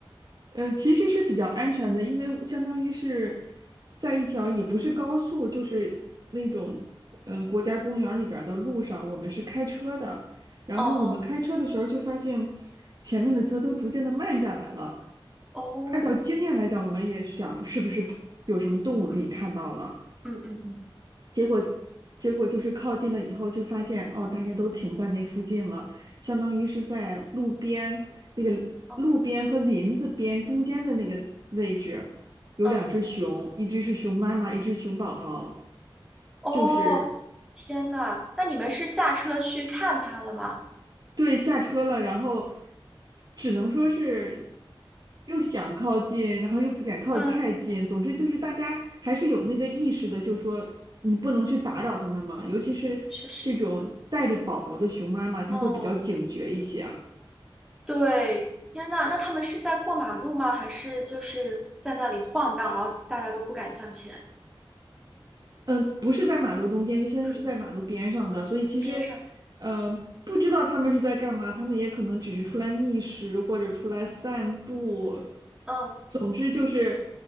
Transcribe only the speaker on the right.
呃，其实是比较安全的，因为相当于是在一条也不是高速，就是那种嗯、呃国家公园里边儿的路上，我们是开车的。然后我们开车的时候就发现
前面的车都逐渐的慢下来了。
按照经验来讲，我们也想是不是有什么动物可以看到了。
结果结果就是靠近了以后，就发现哦，大家都停在那附近了，相当于是在路边那个路边和林子边中间的那个位置，
有两只熊，
一只是熊妈妈，一只熊宝宝，
就是
对下车了，然后只能说是。又想靠近，然后又不敢靠得太近。
总之就是大家还是有那个意识的，就是说你不能去打扰他们嘛。尤其是这种带着宝宝的熊妈妈，
她会比较警觉一些啊。
嗯、呃不是在马路中间，就相当于是在马路边上的，
所以其实，
呃，不知道他们是在干嘛，他们也可能只是出来觅食或者出来散步。
总之就是，